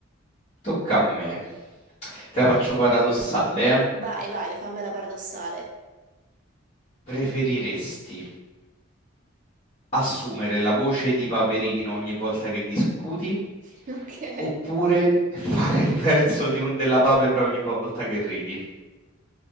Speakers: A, on the left (about 35°); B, on the right (about 40°).
A: Tocca a me. Te la faccio paradossale, eh.
B: Vai, vai, fammela paradossale.
A: Preferiresti assumere la voce di Paperino ogni volta che discuti
B: <laughs> Ok.
A: oppure fare il verso di un- della papera ogni volta che ridi?